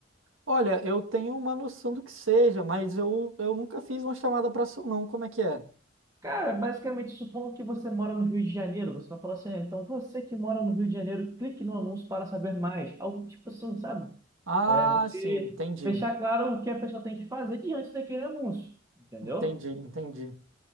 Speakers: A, on the right; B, on the right.
A: Olha, eu tenho uma noção do que seja, mas eu, eu nunca fiz uma chamada para seu não. Como é que é?
B: Cara, basicamente, supondo que você mora no Rio de Janeiro, você vai falar assim, "Ah, então você que mora no Rio de Janeiro, clique no anúncio para saber mais. Algo tipo assim, sabe?
A: Ah,
B: É, você
A: sim, entendi.
B: deixar claro o que a pessoa tem que fazer diante daquele anúncio, entendeu?
A: Entendi, entendi.